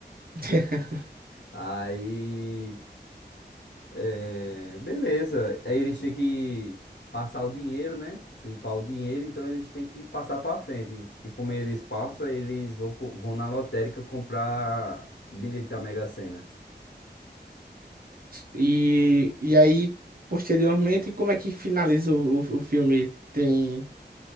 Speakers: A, on the right; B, on the left.
A: <laughs>
B: Aí, é, beleza. Aí eles têm que passar o dinheiro, né? Limpar o dinheiro, então eles têm que passar pra frente. E e como eles passam, eles vão, co- vão na lotérica comprar bilhete da Mega Sena.
A: E, e aí, posteriormente, como é que finaliza o, o, o filme? Tem